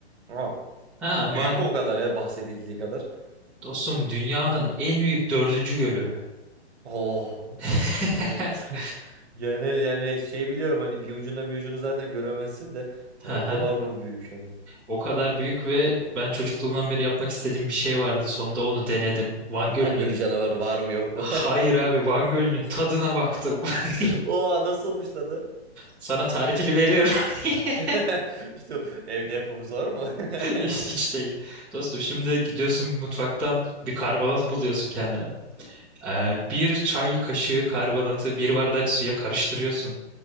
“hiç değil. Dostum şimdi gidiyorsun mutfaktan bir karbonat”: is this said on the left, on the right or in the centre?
Centre